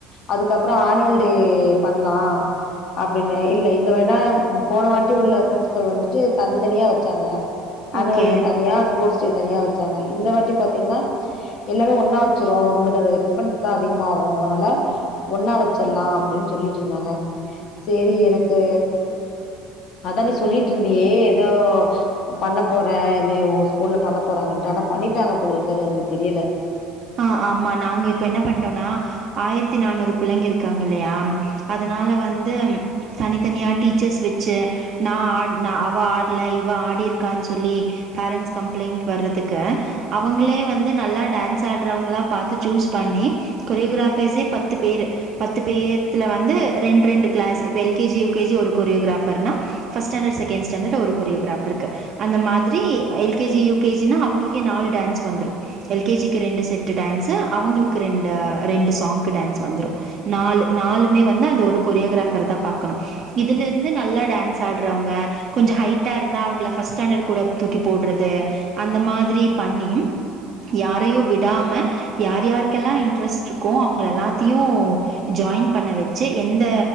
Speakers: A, on the left; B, on the right.
A: அதுக்கப்பறோ ஆனுவல் டே பண்லா அப்டினு இல்ல இந்த வேனா ம் போன வாட்டி உள்ள பிரின்ஸ்பல் வந்துட்டு தன்னந்தனியா வெச்சாங்க ஆனுவல்
B: ஓகே
A: டே தானியா போட்ஸ் தனியா வெச்சாங்க இந்த வாட்டி பாத்தீங்கனா எல்லாமே ஒன்னா வெச்சிருவோ நம்ளுக்கு அது எக்ஸ்பென்ஸ் தா அதிகமாகு அதுனால ஒன்னா வெச் சிர்லா அப்டின் சொல்லிட்ருந்தாங்க சேரி எனக்கு அதா நீ சொல்லிட்ருந்தியே ஏதோ பண்ண போறே <unintelligible> ஸ்கூல்ல பண்ண போறாங்கன்டு ஆனா பண்ணிட்டாங்க போலருக்கு அது எனக்கு தெரியல
B: ஆஹ் ஆமா நாங்க இப்ப என்ன பண்ட்டோன்னா ஆயர்த்தி நானூறு பிள்ளைங்க இருக்காங்கில்லயா அதனால வந்து தனித்தனியா டீச்சர்ஸ் வெச்சு நா ஆட்ன அவ ஆட்ல இவ ஆடிருக்கான் சொல்லி பேரண்ட்ஸ் கம்ப்ளைண்ட் வரதுக்கு அவங்களே வந்து நல்லா டேன்ஸ் ஆட்றவங்களா பாத்து சூஸ் பண்ணி கொரியோகிராஃபர்ஸே பத்து பேரு பத்து பேத்துல வந்து ரெண்ட்ரெண்டு கிளாஸு இப்ப L K G, U K G ஒரு கொரியோகிராஃபர்னா ஃபஸ்ட் ஸ்டாண்டட், செகண்ட் ஸ்டாண்டடு ஒரு கொரியோகிராஃபர்க்கு அந்த மாதிரி L K G, U K G னா அவங்களுக்கே நாலு டேன்ஸ் வந்துரு எல் கே ஜி க்கு ரெண்டு செட்டு டேன்ஸு அவங்களுக்கு ரெண்டு ரெண்டு சாங்க்கு டேன்ஸு வந்துரு நாலு நாலுமே வந்து அந்த ஒரு கொரியோகிராஃபர் தா பாக்கணு இதுலருந்து நல்லா டேன்ஸ் ஆட்றவங்க, கொஞ்சோ ஹைட்டா இருந்தா அவங்கள ஃபஸ்ட் ஸ்டாண்டடு கூட தூக்கி போட்றது அந்த மாதிரி பண்ணி யாரயு விடாம யார் யார்க்கெல்லா இன்ட்ரெஸ்ட்ருக்கோ அவங்கள எல்லாத்தியு ஜாயின் பண்ண வெச்சு எந்த